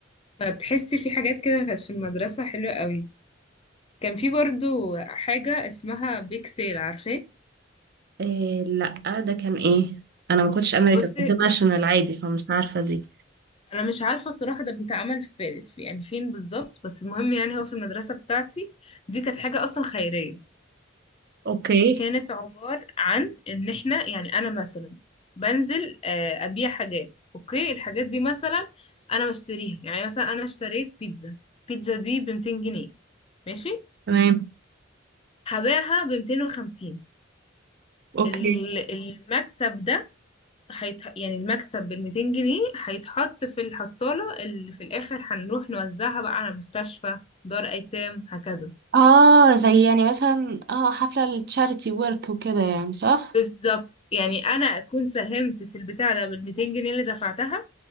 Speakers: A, on the left; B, on the right.
A: فتحسي في حاجات كده كانت في المدرسة حلوة قوي كان في برضو حاجة اسمها بيك سيل عارفاه
B: إيه لا ده كان ايه انا ما كنتش امريكان
A: بصي
B: كنت ناشونال عادي فمش عارفة دي
A: انا مش عارفة الصراحة ده بيتعمل في, في يعني فين بالظبط بس المهم يعني هو في المدرسة بتاعتي دي كانت حاجة اصلا خيرية
B: اوكي
A: كانت عبارة عن ان احنا يعني انا مثلا بنزل آه، ابيع حاجات اوكي الحاجات دي مثلا انا بشتريها يعني مثلا انا اشتريت بيتزا البيتزا دي ب 200 جنيه ماشي
B: تمام
A: هبيعها ب 250
B: اوكي
A: ال- المكسب ده هيتح... يعني المكسب ال 200 جنيه هيتحط في الحصالة اللي في الاخر هنروح نوزعها بقى على مستشفى دار ايتام هكذا
B: اه زي يعني مثلا اه حفلة التشاريتي ورك وكده يعني صح
A: بالظبط يعني انا اكون ساهمت في البتاع ده بال 200 جنيه اللي دفعتها